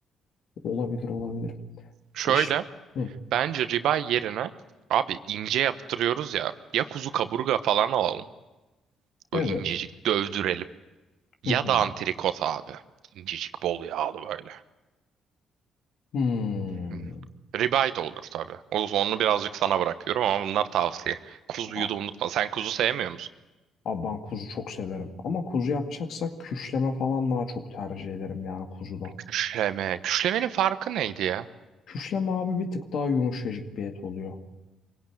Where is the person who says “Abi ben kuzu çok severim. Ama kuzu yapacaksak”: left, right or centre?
Left